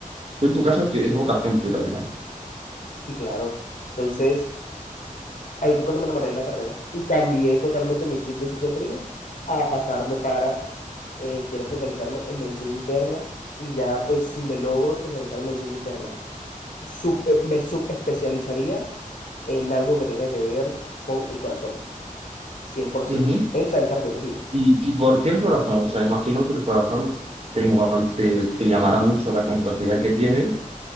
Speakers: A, on the right; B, on the left.
A: tú en tu casa te- es vocación pura, digamos.
B: sí, claro. Entonces, ahí fue cuando me enamoré de la carrera y cambié totalmente mi chip de psiquiatría a pasarme para, eh, quiero especializarme en medicina interna y ya pues si me logro especializar en medicina interna, sub- me subespecializaría en algo que tenga que ver con el corazón, 100%.
A: Ujú.
B: Esa en cardiología.
A: ¿Y, y por qué el corazón? O sea, imagino que el corazón te, mo- te, te llamará mucho la complejidad que tiene,